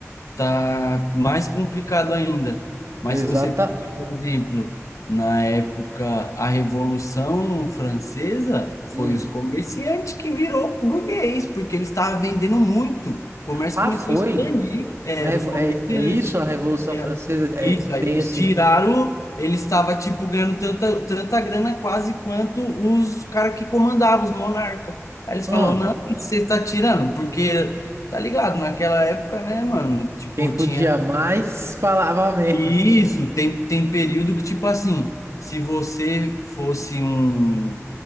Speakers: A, on the left; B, on the right.
A: tá mais complicado ainda. Mas
B: Exata.
A: se você pega, por exemplo, na época a Revolução Francesa,
B: Hum.
A: foi os comerciantes que virou burguês, porque eles estavam vendendo muito. O comércio
B: Ah,
A: começou
B: foi.
A: a expandir, era
B: A revo-
A: os comerciantes.
B: É, é isso a Revolução
A: E
B: Francesa?
A: a-
B: É,
A: Isso, aí
B: tem
A: eles
B: esse.
A: tiraram, eles estavam tipo ganhando tanta, tanta grana quase quanto os caras que comandavam, os monarcas. Aí eles
B: Hã?
A: falaram, não, o você está tirando, porque Tá ligado? Naquela época, né, mano? Tipo,
B: Quem podia
A: tinha
B: mais falava menos.
A: isso. Tem, tem período que, tipo assim, se você fosse um